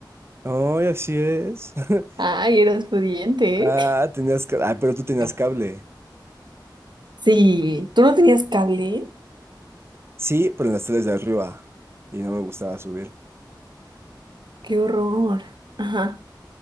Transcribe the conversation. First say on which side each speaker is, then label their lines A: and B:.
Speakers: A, on the right; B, on the right.
A: Ay, así es. <laughs>
B: Ay, eras pudiente,
A: Ah,
B: ¿eh?
A: tenías, ca- ah, pero tú tenías
B: <laughs>
A: cable.
B: Sí, ¿tú no tenías cable?
A: Sí, pero en las teles de arriba y no me gustaba subir
B: Qué horror. Ajá.